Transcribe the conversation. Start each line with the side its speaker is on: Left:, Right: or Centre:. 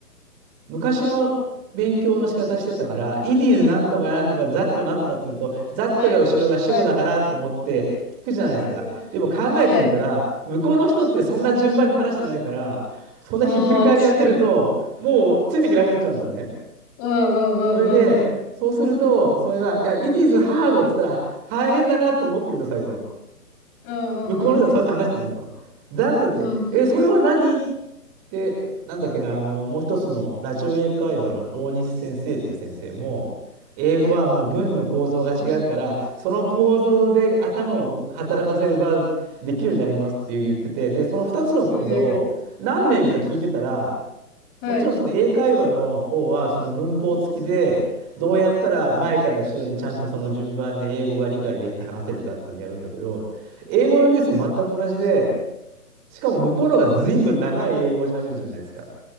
Right: 昔の勉強の仕方してたから、it is なんとかなんとか、ザッとなんとかって言うと、ザッとが後ろが主語だからと思って聞くじゃないですか。
Left: はい。はい。うんうん。
Right: でも考えてみたら、
Left: はい。
Right: 向こうの人ってそんな順番で話してないから、そんなひっくり返りやってると、
Left: ああ、確かに。
Right: もうついていけなくなっちゃうんですよね。
Left: うんうんうんうんうん。
Right: それで、そうすると、それが、いや、it is hard って言ったら、大変だなと思ってくださいと。
Left: うんうんうんうん。
Right: 向こうの人はそうやって話してますと。ザッとって、
Left: うんうん。
Right: え、それは何で、なんだっけな、あの、もう一つのラジオ英会話の大西先生っていう先生も、英語はもう文の構造が違うから、
Left: はい。
Right: その構造で頭を働かせればできるようになりますって言ってて、で、その2つの講座を何年か聞いてたら、
Left: ええ。はい。
Right: もちろんその英会話の方はその文法付きで、どうやったら前から後ろにちゃんとその順番で英語が理解できて話せるかっていうのをやるんだけど、英語のニュースも全く同じで、しかも向こうの方が随分長い英語を喋るじゃないですか。